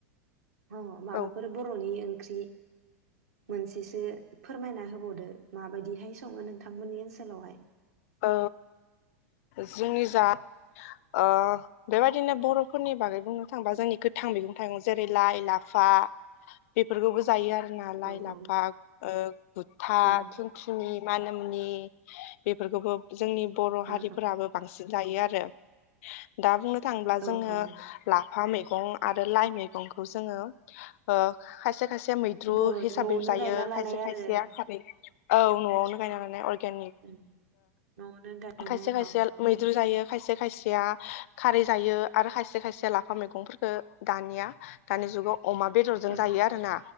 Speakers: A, on the right (about 75°); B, on the left (about 60°).
A: अ माबाफोर
B: औ
A: बर'नि ओं ख्रि मोनसेसो फोरमायना होबावदो मा बायदिहाय सङो नोंथांमोननि ओनसो लावहाय
B: औ जोंनि जा ओ बेबायदिनो बर'फोरनि बागै बुंनो थाङोबा जोंनि गोथां मैगं थाइगं जेरै- लाइ लाफा बेफोरखौबो जायो आरो जोंना लाइ
A: औ
B: लाफा
A: औ
B: ओ गुथा
A: औ
B: थुनथुनि मानामुनि बे फोरफोरखौबो जोंनि बर' हारिफोराबो
A: ओ
B: बांसिन जायो आरो दा बुंनो थांब्ला
A: ओ औ
B: जोङो
A: औ
B: लाफा मैगं आरो लाइ मैगंखौ जोङो ओ खायसे खायसे मैद्रु
A: बर'नि
B: हिसाबै
A: न'आवनो
B: जायो
A: गायना लानाय
B: खायसे
A: आरो
B: खायसेया खारै औ न'आवनो गायनानै <inaudible> नि
A: उम न'आवनो गायनाय
B: खायसे खायसेया
A: अ
B: मैद्रु जायो खायसे खायसेया खारै जायो आरो खायसे खायसे लाफा मैगंफोरखौ दानिया दानि जुगाव अमा बेदरजों
A: औ
B: जायो आरोना